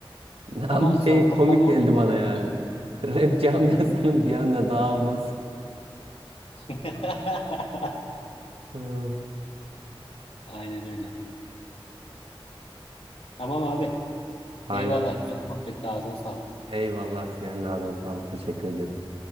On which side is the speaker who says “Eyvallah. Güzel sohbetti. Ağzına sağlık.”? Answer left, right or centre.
Left